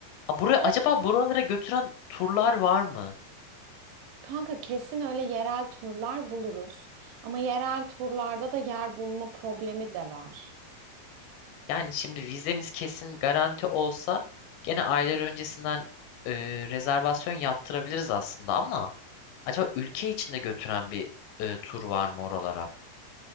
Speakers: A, on the left (about 80°); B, on the right (about 90°).
A: Aa, buraya,
B: Ay,
A: acaba buralara götüren turlar var mı?
B: Kanka kesin öyle yerel turlar buluruz. Ama yerel turlarda da yer bulma problemi de var.
A: Yani şimdi vizemiz kesin garanti olsa gene aylar öncesinden e, rezervasyon yaptırabiliriz aslında ama acaba ülke içinde götüren bir e, tur var mı oralara?